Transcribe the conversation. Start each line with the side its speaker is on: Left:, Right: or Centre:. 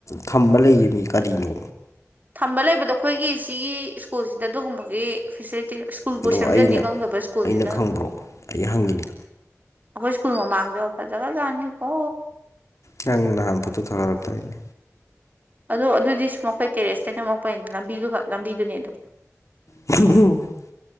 Left: ꯊꯝꯕ ꯂꯩꯌꯦ ꯃꯤ ꯀꯔꯤꯅꯣ
Right: ꯊꯝꯕ ꯂꯩꯕꯗꯣ ꯑꯩꯈꯣꯏꯒꯤ ꯁꯤꯒꯤ ꯁ꯭ꯀꯨꯜꯁꯤꯗ ꯑꯗꯨꯒꯨꯝꯕꯒꯤ ꯐꯦꯁꯤꯂꯤꯇꯤ ꯁ꯭ꯀꯨꯜꯕꯨ
Left: ꯑꯗꯣ
Right: ꯁꯦꯝꯖꯟꯅꯤ
Left: ꯑꯩꯅ
Right: ꯈꯪꯗꯕ ꯁ꯭ꯀꯨꯜꯖꯤꯗ
Left: ꯑꯩꯅ ꯈꯪꯕ꯭ꯔꯣ ꯑꯩ ꯍꯪꯉꯤꯅꯤ
Right: ꯑꯩꯈꯣꯏ ꯁꯀꯨꯜ ꯑꯃ ꯃꯃꯥꯡꯗꯣ ꯐꯔꯖꯒꯔ ꯖꯥꯠꯅꯤ ꯀꯣ
Left: ꯅꯪ ꯅꯍꯥꯟ ꯐꯣꯠꯇꯣ ꯊꯥꯒꯠꯂꯛ ꯇꯥꯏꯅꯦ
Right: ꯑꯗꯣ ꯑꯗꯨꯗꯤ ꯁꯃꯣꯛ ꯀꯩꯀꯩ ꯑꯦꯇꯦꯠ ꯅꯝꯃꯛꯄꯅꯤ ꯂꯝꯕꯤꯗꯨꯒ ꯂꯝꯕꯤꯗꯨꯅꯦ ꯑꯗꯨꯝ
Left: ꯎꯝ <unintelligible>